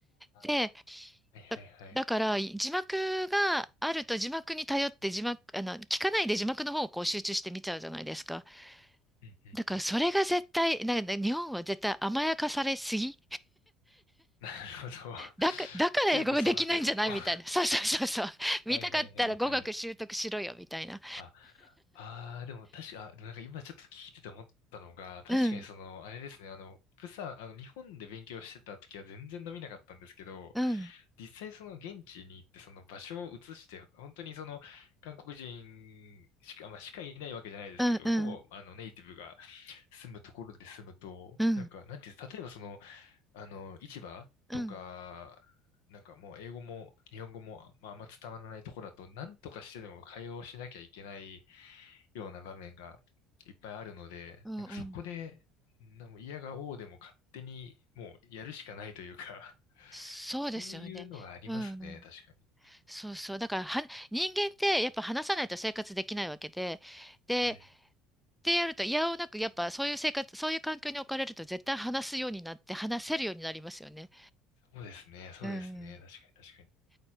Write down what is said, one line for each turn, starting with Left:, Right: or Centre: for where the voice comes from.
Left: あ
Centre: で、
Left: はいはいはい。
Centre: だ、だから、字幕があると字幕に頼って字幕、あの、聞かないで字幕の方をこう集中して見ちゃうじゃないですか。
Left: うんうんうん。
Centre: だから、それが絶対、なんか日本は絶対甘やかされすぎ。
Left: なるほど。<laughs>
Centre: だか、だから英語ができないんじゃないみたいな。
Left: 強く育てろと。は
Centre: そうそうそうそう。見たかったら語学習得しろよ、
Left: いはいはいはい。
Centre: みたいな。
Left: ああー、でも確か、あ、でもなんか今ちょっと聞いてて思ったのが、確かにその、
Centre: うん、
Left: あれですね、あの、プサン、あの、日本で勉強してた時は全然伸びなかったんですけど、
Centre: うん、
Left: 実際その現地に行ってその場所を移して、本当にその、韓国人しか、まあ、しかいないわけじゃないですけど、
Centre: うん、うん、
Left: ほぼ、あの、ネイティブが住むところで住むと、
Centre: うん、
Left: なんか、なんていうんです、例えばその、あの、市場とか、
Centre: うん、
Left: なんかもう英語も日本語も、まあ、あんま伝わらないところだと、なんとかしてでも会話をしなきゃいけないような場面がいっぱいあるので、
Centre: うん、
Left: なんかそこで、
Centre: うん。
Left: なんか嫌が応でも勝手にもうやるしかないというか
Centre: そうですよね。
Left: <laughs> そういうのがありますね、
Centre: うん。
Left: 確かに。
Centre: そうそう。だからは、人間ってやっぱ話さないと生活できないわけで、で、
Left: うん。
Centre: ってやると、いやおなく、やっぱそういう生活、そういう環境に置かれると絶対話すようになって、話せるようになりますよね。
Left: そうですね、そうですね、
Centre: うん。
Left: 確かに確かに。